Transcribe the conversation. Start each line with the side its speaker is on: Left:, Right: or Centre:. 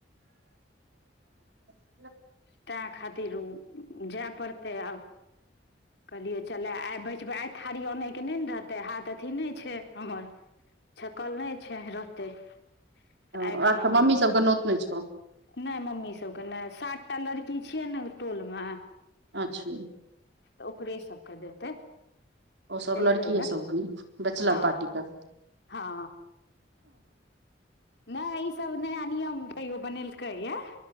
Right: र <inaudible>
Left: तैह खातिर ओ जेय पड़तै आब कहलियै चलय आइ बचबै आइ थारी आनयके नहि ने रहतै हाथ अथी नहि छै हमर छकल नहि छै रहतै
Right: हूँ
Left: तऽ एखिना
Right: आ
Left: हम
Right: मम्मी सबके नोत नहि छौ
Left: नहि मम्मी सभके नहि सात टा लड़की छियै ने टोलमे
Right: अच्छा
Left: तऽ ओकरे सबके देतै
Right: ओ सब
Left: देलकै
Right: लड़कीये
Left: या
Right: सब बैचलर
Left: हँ
Right: पार्टी कर
Left: हँ नहि ई सब नया नियम तैयो बनेलकैए